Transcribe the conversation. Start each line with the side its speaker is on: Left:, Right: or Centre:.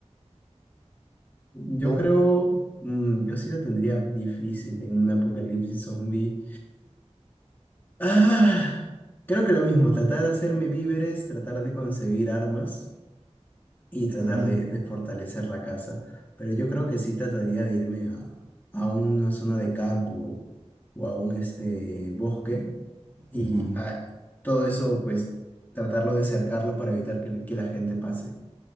Left: Yo
Right: ¿Tú?
Left: creo, mm, yo sí lo tendría difícil en un apocalipsis zombie. Ah, creo que lo mismo, tratar de hacerme víveres, tratar de conseguir armas. y tratar
Right: Ujú,
Left: de, de fortalecer la casa. Pero yo creo que sí trataría de irme a, a una zona de campo o a un este, bosque y
Right: ujú.
Left: a- todo eso, pues tratarlo de cercarlo para evitar que, que la gente pase.